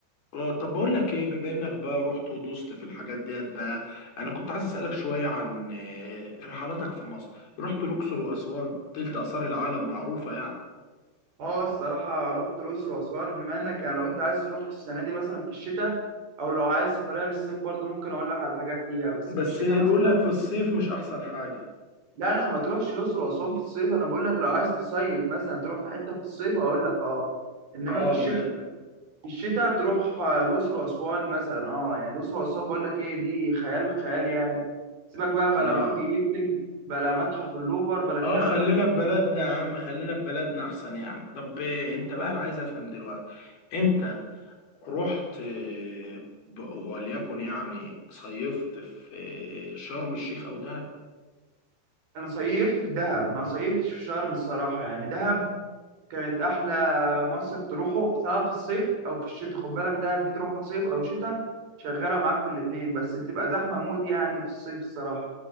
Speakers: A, on the left (about 50°); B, on the right (about 50°).
A: اه طب بقول لك ايه بما انك بقى رحت ودوست في الحاجات ديت بقى انا كنت عايز اسالك شويه عن آه، رحلاتك في مصر رحت الاقصر واسوان تلت اثار العالم معروفه يعني
B: اه الصراحه رحت الاقصر واسوان بما انك يعني لو انت عايز تروح السنه دي مثلا في الشتاء او لو عايز سفريه للصيف برضه ممكن اقول لك على حاجات فيها بس
A: بس
B: في الشتاء
A: بيقول
B: مثلا
A: لك في الصيف مش احسن حاجه
B: لا لا ما تروحش الاقصر واسوان في الصيف انا بقول لك لو عايز تصيف مثلا تروح في حته في الصيف هقول لك اه انما
A: اه
B: في الشتاء
A: ما
B: الشتاء تروح آه، الأقصر وأسوان مثلا اه يعني الأقصر وأسوان بقول لك ايه دي خيال خيال يعني سيبك بقى بلا
A: انا
B: برج ايفل بلا متحف اللوفر بلا
A: اه
B: الكلام
A: خلينا
B: ده كله
A: في بلدنا يا عم خلينا في بلدنا احسن يعني طب آه، انت بقى انا عايز افهم دلوقتي انت رحت آه، ب- وليكن يعني صيفت في آه، شرم الشيخ او دهب
B: أنا صيفت في دهب ما صيفتش في شرم الصراحة يعني دهب كانت أحلى مصيف تروحه سواء في الصيف أو في الشتاء خد بالك دهب دي تروحها صيف أو شتاء شغالة معاك في الاتنين بس بتبقى زحمة موت يعني في الصيف الصراحة